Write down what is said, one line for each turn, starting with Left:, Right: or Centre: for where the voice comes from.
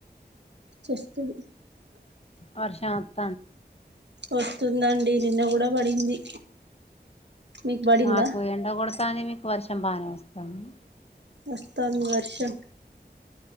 Right: చేస్తుంది
Left: ప్రశాంత్
Right: వస్తుందండి నిన్న కూడా పడింది మీకు పడిందా
Left: మాకు ఎండ కొడతాని మీకు వర్ష చంబానే వస్తాంది
Right: వస్తుంది వర్షం